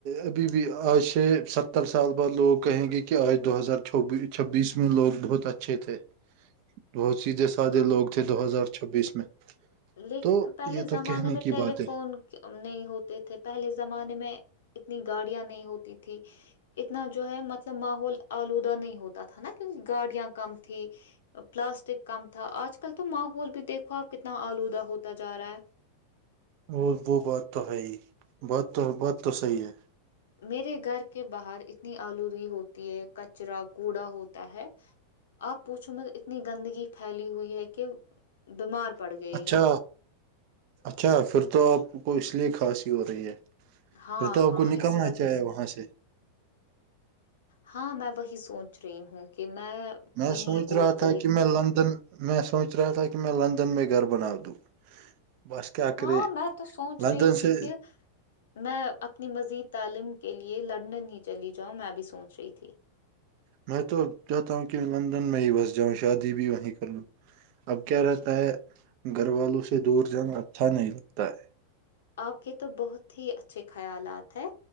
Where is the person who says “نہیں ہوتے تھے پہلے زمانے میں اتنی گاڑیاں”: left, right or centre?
Left